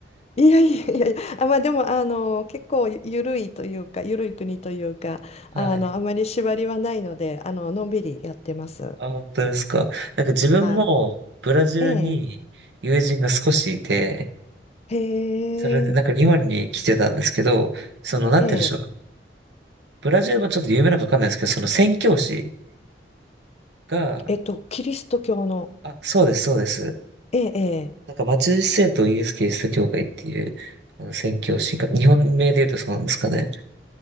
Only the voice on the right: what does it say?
はい。
あ、本当ですか。なんか自分もブラジルに友人が少しいて、
それでなんか日本に来てたんですけど、
その、なんて言うんでしょう。
ブラジルもちょっと有名なのかわかんないですけど、その宣教師が、
あ、そうです、そうです。
なんか松シ聖とイエス・キリスト教会っていう、あの、宣教師が、日本名で言うとそうなんですかね。